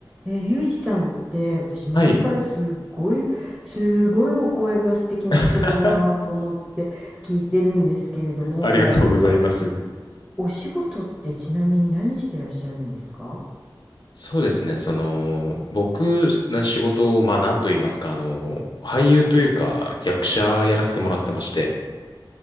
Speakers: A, on the right; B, on the left.
A: えー、ユージさんって私前からすっごいすごいお声が素敵な人だなと思って聞いてるんですけれども
B: はい。<laughs> ありがとうございます。
A: お仕事ってちなみに何してらっしゃるんですか、
B: そうですね。その、
A: うん、
B: 僕の仕事を、まあ、なんと言いますか、あの、俳優というか、役者やらせてもらってまして、